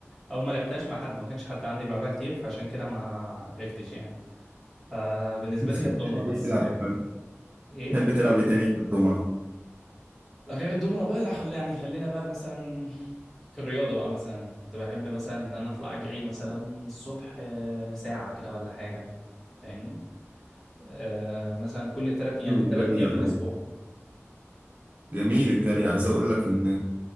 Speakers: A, in the centre; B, on the right.
A: او ما لعبتهاش مع حد ما كانش حد عندي بيلعبها كتير فعشان كده ما عرفتش يعني فبالنسبه
B: <laughs> بتحب
A: لي هي الدومنه بس
B: تلعب
A: فاهمني ايه
B: بتحب تلعب إيه تاني غير الضمنة؟
A: لا غير الدومنة بقى لا خلي يعني خلينا بقى مثلا في الرياضة بقى مثلا كنت بحب مثلا إن أنا أطلع أجري مثلا الصبح آه، ساعة كده ولا حاجة فاهمني آه مثلا كل تلات يعني
B: الجري
A: تلات أيام
B: عموما
A: في الأسبوع
B: جميل الجري عايز أقول لك إن